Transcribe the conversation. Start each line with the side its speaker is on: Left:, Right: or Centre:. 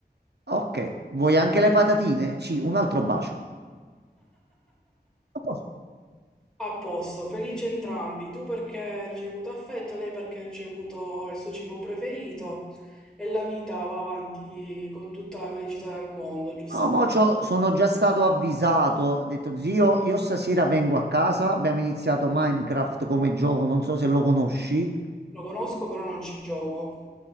Right: Ok. Vuoi anche le patatine? Sì, un altro bacio. A posto.
Centre: A posto, felici entrambi. Tu perché hai ricevuto affetto, lei perché ha ricevuto il suo cibo preferito e la vita va avanti con tutta la felicità del mondo, giustamente.
Right: No, mo c'ho- sono già stato avvisato. Ho detto, zio, io stasera vengo a casa. Abbiamo iniziato Minecraft come gioco. Non so se lo conosci.
Centre: Lo conosco, però non ci gioco.